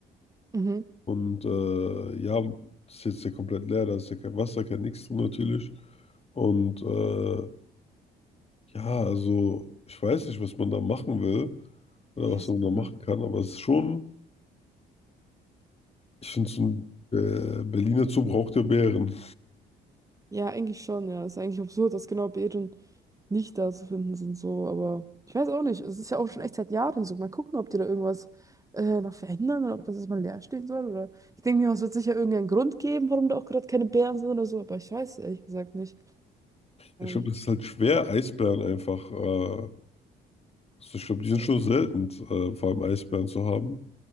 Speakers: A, on the right; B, on the left.
A: Mhm.
B: und äh, ja, das ist jetzt ja komplett leer, da ist ja kein Wasser, kein Nix drin natürlich. Und äh, ja, also ich weiß nicht, was man da machen will oder
A: Ja,
B: was
A: ist-
B: man da
A: ja.
B: machen kann, aber es ist schon, ich finde, so ein äh, Berliner Zoo braucht ja Bären.
A: Ja, eigentlich schon, ja. Ist eigentlich absurd, dass genau Beeren nicht da zu finden sind, so, aber ich weiß auch nicht. Es ist ja auch schon echt seit Jahren so. Mal gucken, ob die da irgendwas äh, noch verändern oder ob das jetzt mal leer stehen soll. Oder ich denke mir, es wird sicher irgendeinen Grund geben, warum da auch gerade keine Beeren sind oder so, aber ich weiß es ehrlich gesagt nicht.
B: Ich
A: Ähm,
B: glaube, das ist halt schwer, Eisbären einfach, äh, also ich glaube, die sind schon selten, äh, vor allem Eisbären zu haben.